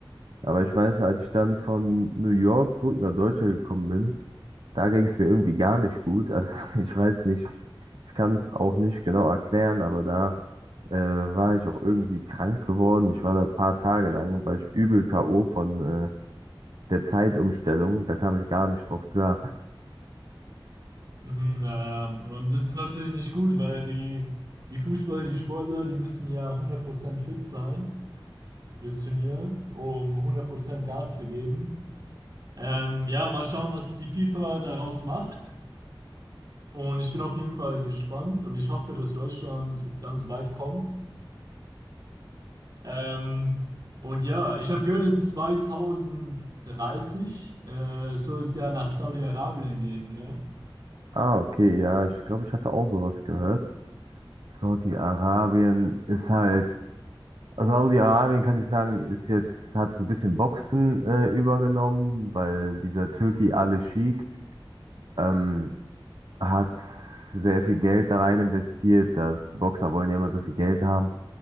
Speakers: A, on the right; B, on the right.
A: Aber ich weiß, als ich dann von New York zurück nach Deutschland gekommen bin, da ging es mir irgendwie gar nicht gut. Also <laughs> ich weiß nicht, ich kann es auch nicht genau erklären, aber da äh, war ich auch irgendwie krank geworden. Ich war da ein paar Tage lang, war ich übel K.O. von äh, der Zeitumstellung. Da kam ich gar nicht drauf klar.
B: mhm, ja, ja. Und das ist natürlich nicht gut, weil die, die Fußballer, die Sportler, die müssen ja hundert Prozent fit sein für das Turnier, um hundert Prozent Gas zu geben. Ähm, ja, mal schauen, was die FIFA daraus macht. Und ich bin auf jeden Fall gespannt und ich hoffe, dass Deutschland ganz weit kommt. Ähm, und ja, ich habe gehört, in 2030 äh, soll es ja nach Saudi-Arabien gehen, gell?
A: Ah, okay, ja, ich glaube, ich hatte auch sowas gehört. Saudi-Arabien ist halt. Also Saudi-Arabien kann ich sagen, ist jetzt, hat so ein bisschen Boxen äh, übergenommen, weil dieser Türki Ali Sheikh ähm, hat sehr viel Geld da rein investiert, dass Boxer wollen ja immer so viel Geld haben,